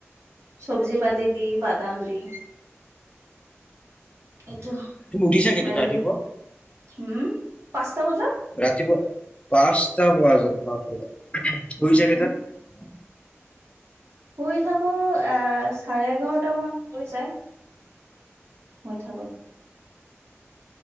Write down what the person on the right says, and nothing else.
চব্জি পাতি দি বাদাম দি এইটো
হেলদি
উম পাঁচটা বজাত
উম
শুই থাকো এ চাৰে এঘাৰটা মান হৈ যায় হৈ থাকত